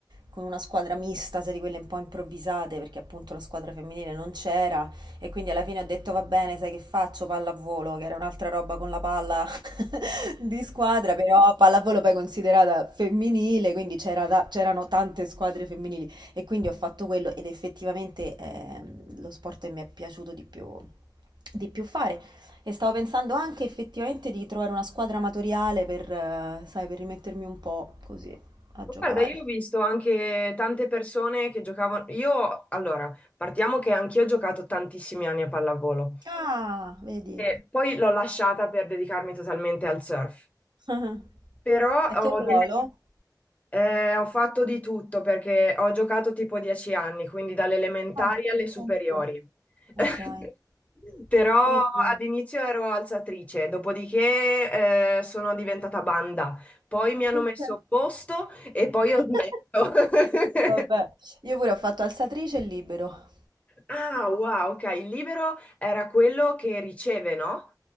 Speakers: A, on the right (about 75°); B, on the left (about 20°).
A: con una squadra mista, se di quelle un po' improvvisate, perché appunto la squadra femminile non c'era. E quindi alla fine ho detto va bene, sai che faccio? Pallavolo, che era un'altra roba con la palla <laughs> di squadra, però pallavolo poi considerata femminile, quindi c'era ta- c'erano tante squadre femminili e quindi ho fatto quello ed effettivamente ehm, lo sport che mi è piaciuto di più, di più fare. E stavo pensando anche effettivamente di trovare una squadra amatoriale per, eh, sai, per rimettermi un po' così a
B: Guarda,
A: giocare.
B: io ho visto anche tante persone che giocavano. Io, allora, partiamo che anch'io ho giocato tantissimi anni a pallavolo
A: Ah, vedi.
B: e poi l'ho lasciata per dedicarmi totalmente al surf.
A: <laughs>
B: Però ho
A: A che ruolo?
B: delle Eh, ho fatto di tutto perché ho giocato tipo 10 anni, quindi dalle elementari
A: Ah,
B: alle superiori.
A: senti. Ma
B: <laughs>
A: dai,
B: Però
A: pure io.
B: all'inizio ero alzatrice, dopodiché eh, sono diventata banda, poi mi hanno
A: Perché?
B: messo a posto e poi
A: <laughs>
B: ho smesso.
A: Vabbè,
B: <laughs>
A: io pure ho fatto alzatrice e libero.
B: Ah, wow, ok, il libero era quello che riceve, no?